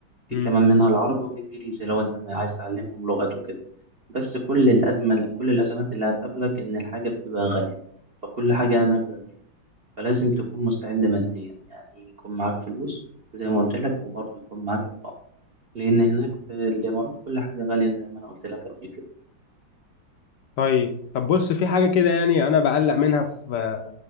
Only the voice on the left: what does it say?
مم.
طيب طب بص في حاجة كده يعني أنا بقلق منها في